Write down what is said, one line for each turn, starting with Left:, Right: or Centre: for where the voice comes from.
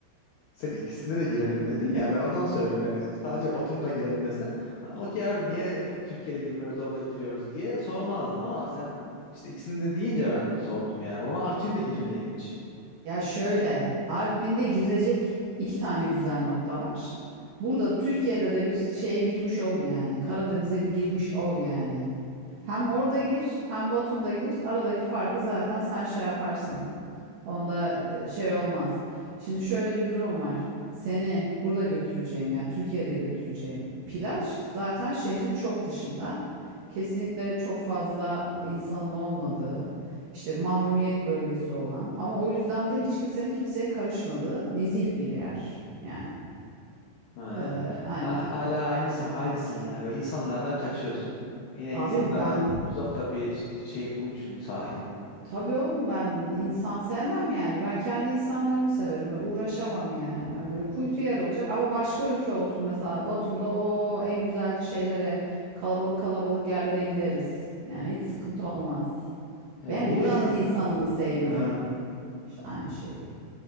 Left: Sen ikisinde de girelim dedin ya ben ondan söyledim yani sadece Batum'da girelim desen "Ha, okey abi niye Türkiye'de girmiyoruz orada giriyoruz diye sormazdım ama sen işte ikisinde de deyince ben sordum yani o zaman Artvin'de girmeyelim hiç.
Right: Ya şöyle, Artvin'de girilecek iki tane güzel nokta var. Burada Türkiye'de de bir şeye girmiş ol yani. Karadeniz'e bir girmiş ol yani. Hem orada gir, hem Batum'da gir. Aradaki farkı zaten sen şey yaparsın. Onda e, şey olmaz. Şimdi şöyle bir durum var. Seni burada götüreceğim ya Türkiye'de götüreceğim. Plaj zaten şehrin çok dışında. Kesinlikle çok fazla insanın olmadığı, işte mahrumiyet bölgesi olan ama o yüzden de hiç kimsenin kimseye karışmadığı nezih bir yer. Yani
Left: Ha.
Right: Ee, hani
Left: Ha- hala aynısı aynısın yani böyle insanlardan kaçıyorsun yine
Right: abi
Left: insanlardan
Right: ben
Left: uzakta bir ş- şey bulmuşsun sahil.
Right: Tabii oğlum ben insan sevmem yani. Ben kendi insanlarımı severim. Öyle Uğraşamam yani. Ben böyle kuytu yer olacak ama başka ülke olsun mesela Batum'da o en güzel şeylere kalabalık kalabalık yerlere gideriz. Yani hiç sıkıntı olmaz.
Left: Ya
Right: Ben
Left: beni
Right: buranın insanını sevmiyorum.
Left: ha,
Right: İşte aynı şey değil.